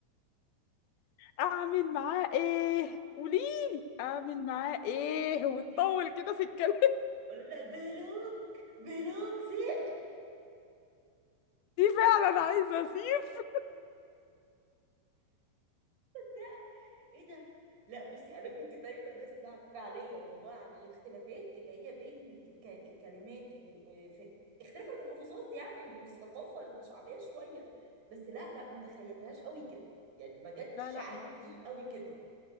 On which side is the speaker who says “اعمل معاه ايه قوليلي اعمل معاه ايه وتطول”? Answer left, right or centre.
Left